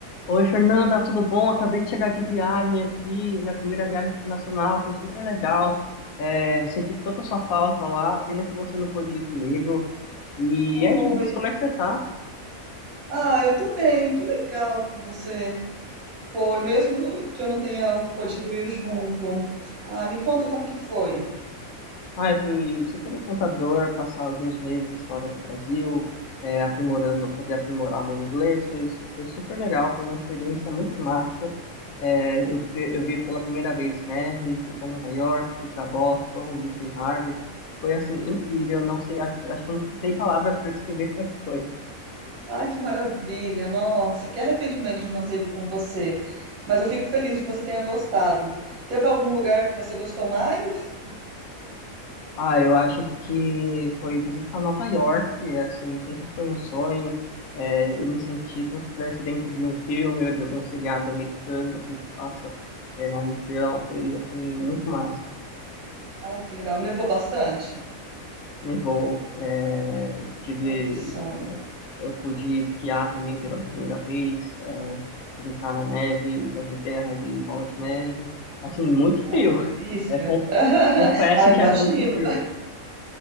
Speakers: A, on the left (about 80°); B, on the right (about 85°).
A: Oi, Fernanda, tudo bom? Acabei de chegar de viagem aqui. Minha primeira viagem internacional foi super legal. É, senti tanta sua falta lá. Pena que você não pôde ir comigo. E
B: Oi.
A: aí, me diz como é que você tá?
B: Ah, eu tô bem. Que legal que você foi, mesmo que eu não tenha podido ir junto. Ah, me conta como que foi.
A: Ai, foi super encantador passar alguns meses fora do Brasil, é, aprimorando, poder aprimorar meu inglês. Foi, foi super legal. Foi uma experiência muito massa. É, eu, pe- eu vi pela primeira vez neve, fui para Nova York, fui para Boston, visitei Harvard. Foi assim incrível, não sei, acho, acho que eu não tem palavras para descrever como é que foi.
B: Ai, que maravilha. Nossa, que arrependimento de não ter ido com você. Mas eu fico feliz que você tenha gostado. Teve algum lugar que você gostou mais?
A: Ah, eu acho que foi visitar Nova York, assim, sempre foi um sonho. É, eu me senti como se estivesse dentro de um filme ou de algum seriado americano, assim, que se passa, é, na região. Foi, assim, muito massa.
B: Ai, que legal. Nevou bastante?
A: Nevou, é, tive
B: Ai, que sonho.
A: Eu pude esquiar também pela primeira vez, é, brincar na neve, fazer guerra de bola de neve. Assim, muito frio.
B: Ai, que delícia.
A: <laughs> É, con-
B: <laughs>
A: confesso
B: Ah,
A: que
B: imagina.
A: é muito frio.